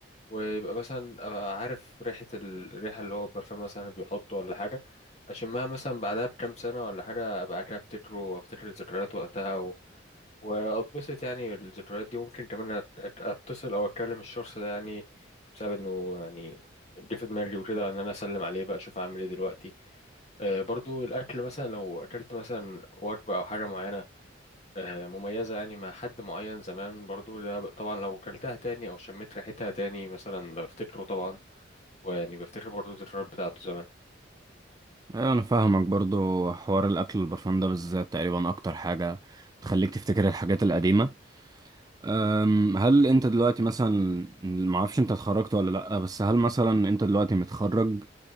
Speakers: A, on the left; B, on the right.
A: ويبقى مثلا أبقى عارف ريحة ال- الريحة اللي هو البرفان مثلا اللي بيحطه ولا حاجة أشمها مثلا بعدها بكام سنة ولا حاجة أبقى كده أفتكره وأفتكر الذكريات وقتها و... وأتبسط يعني الذكريات دي ممكن كمان أت- أت- أتصل أو أتكلم الشخص ده يعني بسبب إنه يعني جه في دماغي وكده إن أنا أسلم عليه بقى أشوف أعمل إيه دلوقتي آه، برضو الأكل مثلا لو أكلت مثلا وجبة أو حاجة معينة آه، مميزة يعني مع حد معين زمان برضو ده ب- طبعا لو كلتها تاني أو شميت ريحتها تاني مثلا بفتكره طبعا ويعني بفتكر برضو الذكريات بتاعته زمان
B: أيوة أنا فاهمك برضو حوار الأكل والبرفان ده بالذات تقريبا أكتر حاجة تخليك تفتكر الحاجات القديمة أم، هل انت دلوقتي مثلا معرفش انت اتخرجت ولا لأ بس هل مثلا انت دلوقتي متخرج